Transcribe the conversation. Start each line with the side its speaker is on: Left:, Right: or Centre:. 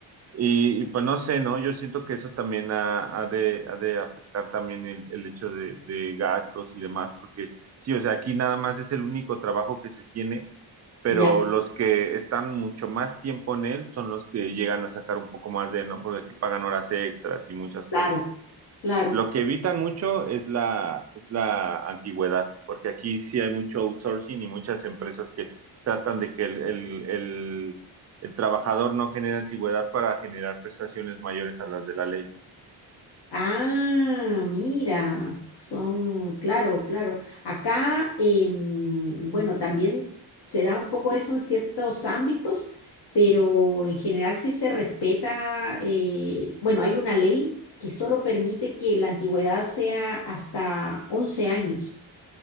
Right: y, y, pues no sé, ¿no? Yo siento que eso también ha, ha de, ha de afectar también el, el hecho de, de gastos y demás, porque sí, o sea, aquí nada más es el único trabajo que se tiene, pero
Left: ya,
Right: los que están mucho más tiempo en él son los que llegan a sacar un poco más de, ¿no? Porque aquí pagan horas extras y muchas
Left: claro,
Right: cosas.
Left: claro.
Right: Lo que evitan mucho es la, es la antigüedad, porque aquí sí hay mucho outsourcing y muchas empresas que tratan de que el, el, el- el trabajador no genere antigüedad para generar prestaciones mayores a las de la ley.
Left: Ah, mira, son, claro, claro. Acá, em, bueno, también se da un poco eso en ciertos ámbitos, pero en general sí se respeta, eh, bueno, hay una ley que solo permite que la antigüedad sea hasta 11 años.